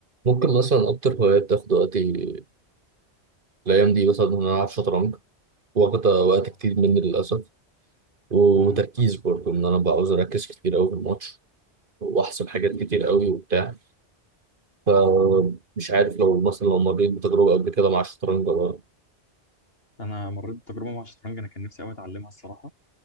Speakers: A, on the right; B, on the left.
A: ممكن مثلا أكتر هواية بتاخد وقتي الأيام دي مثلا إن أنا ألعب شطرنج واخدة وقت
B: اه
A: كتير مني للأسف وتركيز
B: امم
A: برضه إن أنا بعوز أركز كتير أوي في الماتش وأحسب حاجات كتير أوي وبتاع فمش عارف لو مثلا لو مريت بتجربة قبل كده مع الشطرنج ولا
B: انا مريت بتجربه مع الشطرنج انا كان نفسي قوي اتعلمها الصراحه